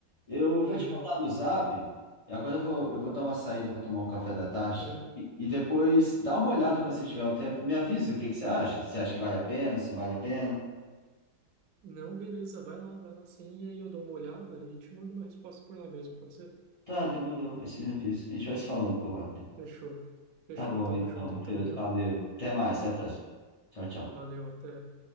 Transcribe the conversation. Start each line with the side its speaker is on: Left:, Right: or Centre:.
Left: Eu vou
Right: Uhum,
Left: te mandar no Zap, e agora eu vou, eu vou dar uma saída para tomar um café da tarde
Right: uhum.
Left: também, e depois dá uma olhada quando você tiver um tempo, me avisa o que que você acha. Você acha que vale a pena, se não vale a pena?
Right: Não, beleza, vai lá, vai lá sim, e aí eu dou uma olhada e te mando uma resposta por lá mesmo, pode ser?
Left: Tá, demorou, aí você me avisa. A gente vai se falando por lá, então.
Right: Fechou. Fechou,
Left: Tá bom,
Right: tamo
Left: então,
Right: junto
Left: Matheus,
Right: então, viu?
Left: valeu. Até mais, até a próxima. Tchau, tchau.
Right: Valeu, até.